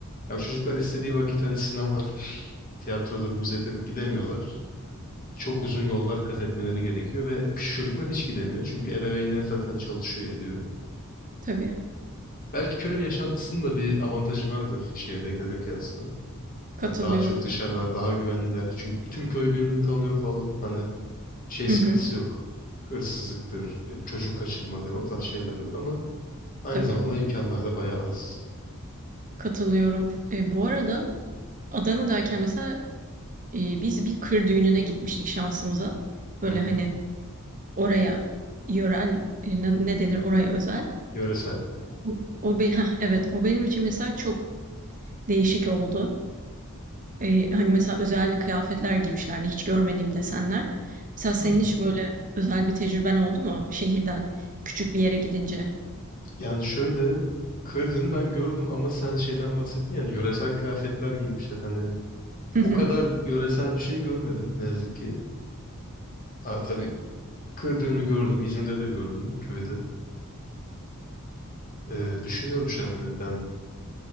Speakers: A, on the left; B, on the right.
A: ya çocuklar istediği vakit hani sinemadır, <laughs> tiyatrodur, müzedir gidemiyorlar. Çok uzun yollar kat etmeleri gerekiyor ve küçük çocuklar hiç gidemiyor. Çünkü ebeveynleri zaten çalışıyor ediyor.
B: tabii.
A: Belki köy yaşantısının da bir avantajı vardır şehirdekilere kıyasla.
B: Katılıyorum.
A: Hani daha çok dışarıdalar, daha güvenliler. Çünkü tüm köy birbirini tanıyor falan. Hani şey
B: Hı
A: sıkıntısı
B: hı.
A: yok. Hırsızlıktır, e, çocuk kaçırmadır o tarz şeyler yok ama aynı
B: Tabii.
A: zamanda imkanlar da bayağı az.
B: Katılıyorum. E, bu arada Adana'dayken mesela e, biz bir kır düğününe gitmiştik şansımıza. Böyle
A: Hı hı.
B: hani oraya yörel e, ne, ne denir oraya özel.
A: Yöresel.
B: O, o be- heh, evet o benim için mesela çok değişik oldu. E, hani mesela özel kıyafetler giymişlerdi hiç görmediğim desenler. Mesela senin
A: Ha.
B: hiç böyle özel bir tecrüben oldu mu şehirden küçük bir yere gidince?
A: Yani şöyle kırdığını ben gördüm ama sen şeyden bahsettin yani yöresel kıyafetler giymişler. Hani
B: Hı
A: o
B: hı.
A: kadar yöresel bir şey görmedim ne yazık ki. Aa, tabii kırdığını gördüm. İzmir'de de gördüm köyde. Ee, düşünüyorum şu an hani ben